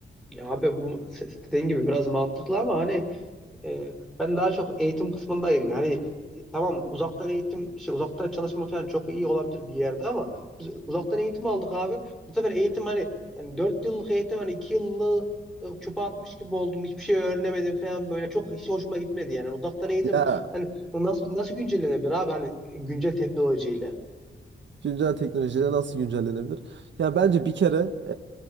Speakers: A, in the centre; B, on the right.
A: Ya abi bu <laughs> dediğin gibi biraz mantıklı ama hani Ee, ben daha çok eğitim kısmındayım. Yani e, tamam uzaktan eğitim, şey, uzaktan çalışma falan çok iyi olabilir bir yerde ama biz uzaktan eğitim aldık abi. Bu sefer eğitim hani yani 4 yıllık eğitim hani 2 yıllık çöpe atmış gibi oldum. Hiçbir şey öğrenemedim falan böyle. Çok hiç hoşuma gitmedi yani. Uzaktan eğitim
B: Ya
A: hani nasıl nasıl güncellenebilir abi hani e, güncel teknolojiyle.
B: Güncel teknolojiyle nasıl güncellenebilir? Yani bence bir kere